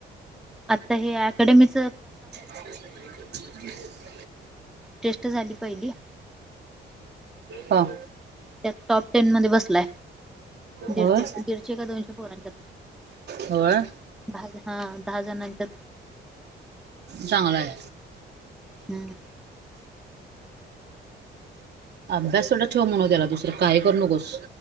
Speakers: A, in the centre; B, on the right.
A: आता हे अकॅडेमीच
B: <inaudible>
A: टेस्ट झाली पहिली
B: ह
A: त्यात टॉप टेन मध्ये बसलाय दीडशे,
B: होय
A: दीडशे का दोनशे पोरांच्यात
B: होय
A: दहा हा दहाजणाच्यात
B: चांगलं आय.
A: हम्म.
B: अभ्यास तेवढा ठेव म्हणाव त्याला दुसरं काही करू नकोस.